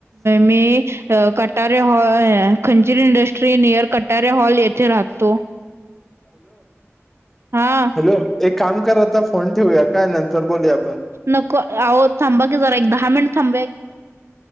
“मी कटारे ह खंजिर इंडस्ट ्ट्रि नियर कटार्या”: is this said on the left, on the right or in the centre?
Right